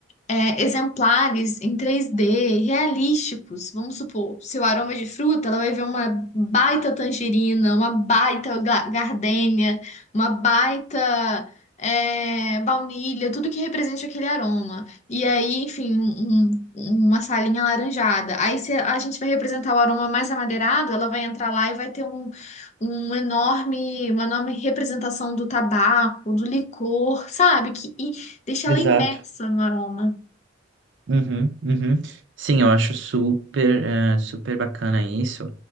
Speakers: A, on the left; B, on the right.
A: é, exemplares em 3D, realísticos. Vamos supor, se o aroma é de fruta, ela vai ver uma baita tangerina, uma baita ga- gardênia, uma baita é, baunilha, tudo que represente aquele aroma. E aí, enfim, um- um- uma salinha alaranjada. Aí, se a gente vai representar o aroma mais amadeirado, ela vai entrar lá e vai ter um, um enorme, uma enorme representação do tabaco, do licor, sabe? Que, e deixa
B: Exato.
A: ela imersa no aroma.
B: Uhum, uhum. Sim, eu acho super, eh, super bacana isso.